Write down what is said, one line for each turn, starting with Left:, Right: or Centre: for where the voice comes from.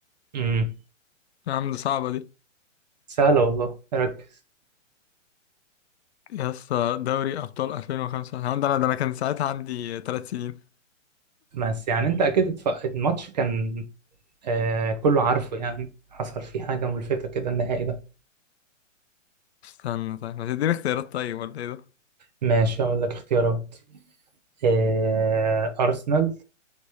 Right: امم
Left: يا عم دي صعبة دي
Right: سهلة والله ركز
Left: يا اسطى دوري ابطال 2005 الحمد لله ده انا كان ساعتها عندي ثلاث سنين
Right: بس يعني أنت أكيد اتف- الماتش كان آه كله عارفه يعني حصل فيه حاجة ملفتة كده النهائي ده
Left: استنى طيب ما تديني اختيارات طيب ولا ايه ده
Right: ماشي أقول لك اختيارات آه أرسنال